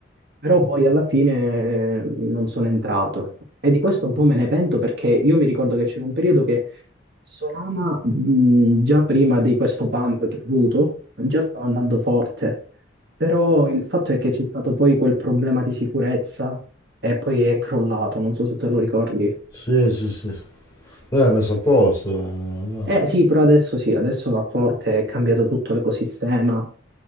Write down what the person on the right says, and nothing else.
Però poi alla fine eh, non sono entrato. E di questo un po' me ne pento perché io mi ricordo che c'era un periodo che Solana, mh, già prima di questo pump che ho avuto, già stava andando forte. Però il fatto è che c'è stato poi quel problema di sicurezza e poi è crollato, non so se te lo ricordi.
Eh sì, però adesso sì, adesso va forte, è cambiato tutto l'ecosistema,